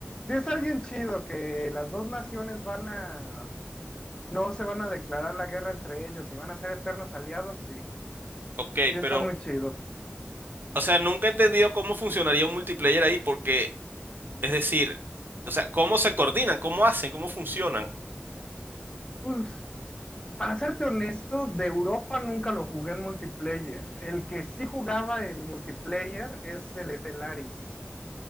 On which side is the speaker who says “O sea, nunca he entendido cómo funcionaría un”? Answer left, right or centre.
Right